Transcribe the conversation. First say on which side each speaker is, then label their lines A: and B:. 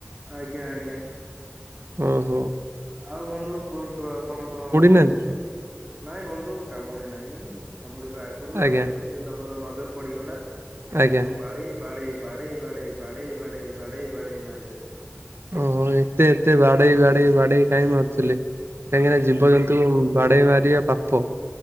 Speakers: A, on the right; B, on the right.
A: ଆଜ୍ଞା ଆଜ୍ଞା
B: ଓହୋଃ।
A: ଆଉ ବନ୍ଧୁ କୁହନ୍ତୁ ଆପଣଙ୍କ
B: ନାହାନ୍ତି ତ?
A: ନାଇଁ ବନ୍ଧୁ କାମୁଡ଼ି ନାହିଁ ମୁଁ କାମୁଡି଼ବା ଆଗୁରୁ
B: ଆଜ୍ଞା
A: ଆମେ ଦେଖି ଏଥି ତମର ନଜର ପଡ଼ିଗଲା ତ
B: ଆଜ୍ଞା
A: ତାକୁ ବାଡ଼େଇ ବାଡ଼େଇ ବାଡ଼େଇ ବାଡ଼େଇ ବାଡ଼େଇ ବାଡ଼େଇ ବାଡ଼େଇ ବାଡ଼େଇ ମାରି ଦେଲୁ।
B: ଓହୋ ଏତେ ଏତେ ବାଡ଼େଇ ବାଡ଼େଇ ବାଡ଼େଇ କାହିଁ ମାରୁଥୁଲେ? କାହିଁକି ନା ଜୀବଜନ୍ତୁ
A: ନାଇଁ ବନ୍ଧୁ
B: ବାଡ଼େଇ ମାରିବା ପାପ।